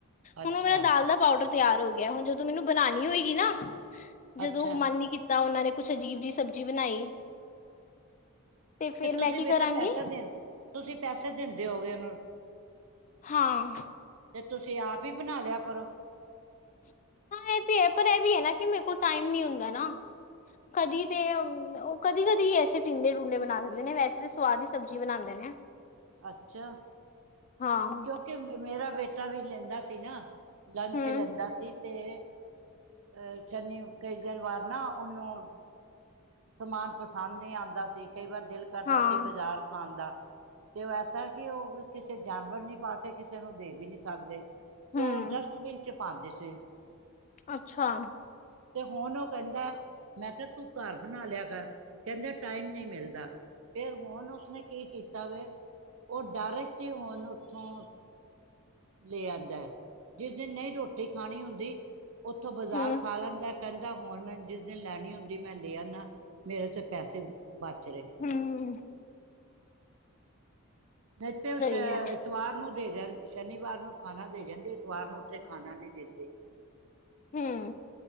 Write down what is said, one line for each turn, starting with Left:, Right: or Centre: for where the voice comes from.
Right: ਅੱਛਾ
Left: ਹੁਣ ਉਹ ਮੇਰਾ ਦਾਲ ਦਾ ਪਾਊਡਰ ਤਿਆਰ ਹੋ ਗਿਆ। ਹੁਣ, ਜਦੋਂ ਮੈਨੂੰ ਬਣਾਨਣੀ ਹੋਏਗੀ ਨਾ ਜਦੋਂ
Right: ਅੱਛਾ
Left: ਮਨ ਨੀ ਕੀਤਾ। ਉਹਨਾਂ ਨੇ ਕੁਛ ਅਜੀਬ ਜਿਹੀ ਸਬਜ਼ੀ ਬਣਾਈ। ਫੇਰ
Right: ਤੇ ਤੁਸੀਂ
Left: ਮੈਂ ਕੀ
Right: ਬੇਟਾ
Left: ਕਰਾਂਗੀ
Right: ਪੈਸਾ ਦੇ, ਤੁਸੀਂ ਪੈਸੇ ਦਿੰਦੇ ਹੋਗੇ ਉਹਨੂੰ
Left: ਹਾਂ,
Right: ਤੇ ਤੁਸੀਂ ਆਪ ਹੀ ਬਣਾ ਲਿਆ ਕਰੋ।
Left: ਹਾਂ, ਇਹ ਤੇ ਹੈ। ਪਰ ਇਹ ਵੀ ਹੈ ਨਾ ਕਿ ਮੇਰੇ ਕੋਲ ਟਾਈਮ ਨੀ ਹੁੰਦਾ ਨਾ। ਕਦੀ ਤੇ ਉਹ ਕਦੀ -ਕਦੀ ਐਸੇ ਟਿੰਡੇ -ਟੂੰਡੇ ਬਣਾ ਦਿੰਦੇ ਨੇ। ਵੈਸੇ ਤਾਂ ਸੁਵਾਦ ਹੀ ਸਬਜ਼ੀ ਬਣਾਉਂਦੇ ਨੇ।
Right: ਅੱਛਾ।
Left: ਹਾਂ
Right: ਕਿਉਂਕਿ ਮੇਰਾ ਬੇਟਾ ਵੀ ਲੈਂਦਾ ਸੀ ਨਾ, ਲੰਚ
Left: ਹਮ
Right: ਲੈਂਦਾ ਸੀ। ਤੇ ਅਹ ਸ਼ਨੀ, ਕਈ ਦਿਨ ਵਾਰ ਨਾ ਉਹਨੂੰ ਸਮਾਨ ਪਸੰਦ ਨਹੀਂ ਆਉਂਦਾ ਸੀ। ਕਈ ਵਾਰ ਦਿਲ ਕਰਦਾ
Left: ਹਾਂ
Right: ਸੀ। ਬਾਜ਼ਾਰ ਖਾਣ ਦਾ ਤੇ ਉਹ ਐਸਾ ਕਿ ਉਹ ਕਿਸੇ ਜਾਨਵਰ ਨਹੀਂ ਪਾਸੇ ਕਿਸੇ ਨੂੰ ਦੇ ਵੀ ਨਹੀਂ ਸਕਦੇ। ਤ
Left: ਹਮ
Right: ਡਸਟਬਿਨ ਚ ਪਾਉਂਦੇ ਸੀ।
Left: ਅੱਛਾ
Right: ਤੇ ਹੁਣ ਉਹ ਕਹਿੰਦਾ ਮੈਂ ਕਿਹਾ ਤੂੰ ਕਰ ਬਣਾ ਲਿਆ ਕਰ ਕਹਿੰਦੇ ਟਾਈਮ ਨਹੀਂ ਮਿਲਦਾ ਫਿਰ ਹੁਣ ਉਸਨੇ ਕੀ ਕੀਤਾ ਵੇ ਉਹ ਡਾਇਰਕਟ ਹੀ ਹੁਣ ਉੱਥੋਂ ਲੈ ਆਉਂਦਾ ਜਿਸ ਦਿਨ ਨਹੀਂ ਰੋਟੀ ਖਾਣੀ ਹੁੰਦੀ ਉੱਥੋਂ ਬਾਜ਼ਾਰ
Left: ਹਮ
Right: ਖਾ ਲੈਂਦਾ ਕਹਿੰਦਾ ਹੁਣ ਮੈਂ ਜਿਸ ਦਿਨ ਲੈਣੀ ਹੁੰਦੀ ਮੈਂ ਲੈ ਆਂਦਾ ਮੇਰੇ ਤੇ ਪੈਸੇ ਬਚ ਰਹੇ
Left: ਹਮ
Right: ਨਹੀਂ ਤੇ ਉਹ
Left: ਸਹੀ
Right: ਐਤਵਾਰ
Left: ਹੈ
Right: ਨੂੰ ਦੇ ਦੇਣ ਸ਼ਨੀਵਾਰ ਨੂੰ ਖਾਣਾ ਦੇ ਜਾਂਦੇ ਇਤਵਾਰ ਨੂੰ ਉੱਥੇ ਖਾਣਾ ਨਹੀਂੀ ਦਿੰਦੇ
Left: ਹਮ